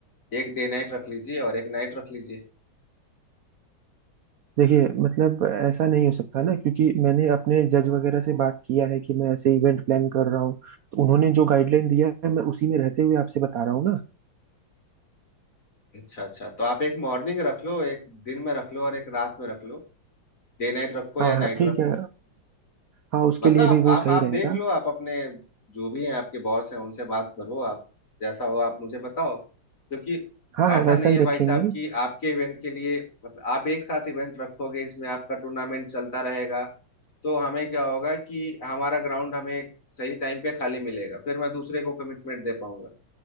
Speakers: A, on the left (about 40°); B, on the right (about 80°).
A: एक डे नाइट रख लीजिए और एक नाइट रख लीजिए
B: देखिए मतलब ऐसा नहीं हो सकता ना क्योंकि मैंने अपने जज वगैरह से बात किया है कि मैं ऐसे इवेंट प्लान कर रहा हूँ तो उन्होंने जो गाइडलाइन दिया है मैं उसी में रहते हुए आपसे बता रहा हूँ ना
A: अच्छा अच्छा तो आप एक मॉर्निंग रख लो एक दिन में रख लो और एक रात में रख लो डे नाइट रखो
B: हाँ
A: या
B: हाँ
A: नाइट
B: ठीक
A: रखो
B: है हाँ उसके
A: मतलब
B: लिए
A: आप
B: भी
A: आप
B: वो सही
A: आप
B: रहेगा
A: देख लो आप अपने जो भी हैं आपके बॉस हैं उनसे बात करो आप जैसा हो आप मुझे बताओ क्योंकि
B: हाँ
A: ऐसा
B: हाँ वैसा
A: नहीं
B: ही
A: है
B: रखेंगे
A: भाई साहब कि आपके इवेंट के लिए मतलब आप एक साथ इवेंट रखोगे इसमें आपका टूर्नामेंट चलता रहेगा तो हमें क्या होगा कि हमारा ग्राउंड हमें सही टाइम पे खाली मिलेगा फिर मैं दूसरे को कमिटमेंट दे पाऊंगा